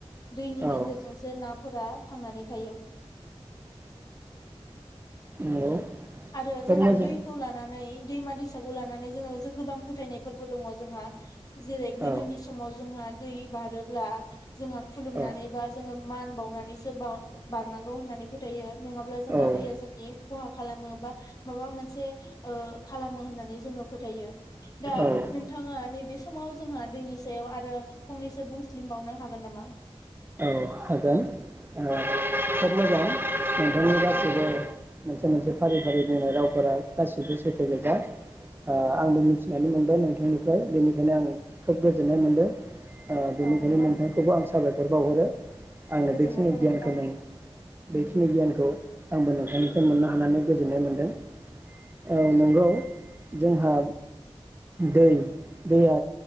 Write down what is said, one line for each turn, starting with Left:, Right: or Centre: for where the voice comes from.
Left: दैनि
Right: औ
Left: गेजेरजोंसो नाफोरा थांनानै थायो <inaudible>
Right: नंगौ
Left: आरो
Right: खोब
Left: जोङो
Right: मोजां
Left: दैखौ लानानै दैमा दैसाखौ लानानै जोङो गोबां फोथायनायफोरबो दङ जोंहा जेरै
Right: औ
Left: गोदोनि समाव जोंहा दै बारोब्ला जोंहा खुलुमनानै
Right: औ
Left: बा जोङो मान बावनानैसो ब-बारनांगौ होननानै फोथायो नङाब्ला जोंहा
Right: औ
Left: दैया जोंनि खहा खालामो बा माबा मोनसे ओ‌ खालामो होननानै जोङो फोथायो । दा
Right: औ
Left: नोंथाङा नैबे समाव जोंहा दैनि सायाव आरो फंनैसो बुंस्लिमबावनो हागोन नामा?
Right: ओ हागोन खोब मोजां नोंथांनि गासैबो मोनसे मोनसे फारि फारि बुंनाय रावफोरा गासिबो सैथोजोबखा आंबो मिथिनानै मोनबाय नोंथांनिफ्राय बेनिखायनो आं खोब गोजोननाय मोनदों। ओ बेनिखायनो
Left: औ नोंथां
Right: नोंथांखौबो आं साबायखर बावहरो आंनो
Left: गोजोननाय
Right: बेखिनि
Left: थाबाय
Right: गियानखौ
Left: नोंथां।
Right: नो बेखिनि गियानखौ आंबो नोंथांनिफ्राय मोननो हानानै गोजोननाय मोनदों औ नंगौ जोंहा दै दैया